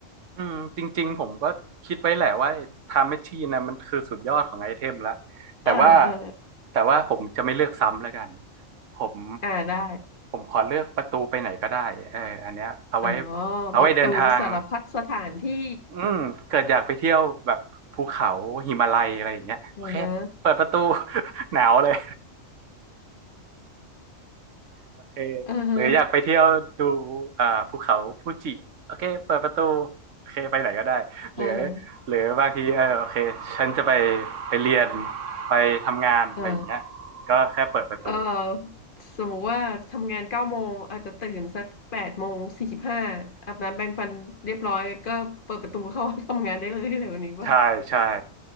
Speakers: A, on the right; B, on the left.
A: อืมจริงๆผมก็คิดไว้แหละว่าไทม์แมชชีนนะมันคือสุดยอดของไอเทมละแต่ว่า
B: เออเออ
A: แต่ว่าผมจะไม่เลือกซ้ำแล้วกันผม
B: อ่าได้
A: ผมขอเลือกประตูไปไหนก็ได้เอออันเนี้ยเอาไว้
B: อ๋อ
A: เอาไว้เดินทาง
B: ประตูสารพัดสถานที่
A: อืมเกิดอยากไปเที่ยวแบบภูเขาหิมาลัยอะไรอย่างเงี้ยโอเคเปิดประตู
B: อือฮะ
A: <laughs> หนาวเลย โอเค
B: อือฮะ
A: หรืออยากไปเที่ยวดูอ่าภูเขาฟูจิโอเคเปิดประตูโอเคไปไหนก็ได้หรือ
B: อือฮะ
A: หรือบางทีเออโอเคฉันจะไปไปเรียนไปทำงานอะไรอย่างเงี้ยก็แค่เปิดประตู
B: อ่า เอ่อสมมติว่าทำงานเก้าโมงอาจจะตื่นสักแปดโมงสี่สิบห้าอาบน้ำแปรงฟันเรียบร้อยก็เปิดประตูเข้าทำงานได้เลยอะไรแบบนี้ปะ
A: ใช่ใช่